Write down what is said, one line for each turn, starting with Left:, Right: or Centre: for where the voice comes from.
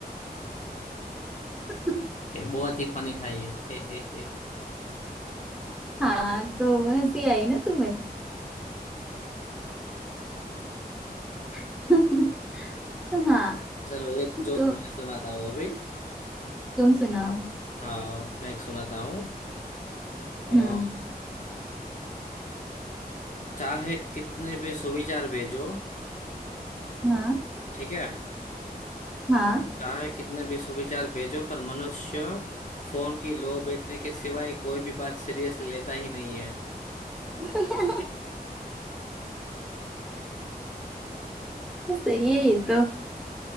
Centre: <laughs>
Left: बहुत ही फनी था ये <laughs>
Centre: हाँ तो हंसी आई ना तुम्हें <laughs> हाँ
Left: चलो एक जोक
Centre: तो
Left: मैं सुनाता हूँ अभी
Centre: तुम सुनाओ
Left: हाँ मैं एक सुनाता हूँ अ,
Centre: हम्म
Left: चाहे कितने भी सुविचार भेजो
Centre: हाँ
Left: ठीक है
Centre: हाँ
Left: चाहे कितने भी सुविचार भेजो पर मनुष्य फोन की लो बैटरी के सिवाय कोई भी बात सीरियसली लेता ही नहीं है
Centre: <laughs>
Left: <laughs>
Centre: सही है ये तो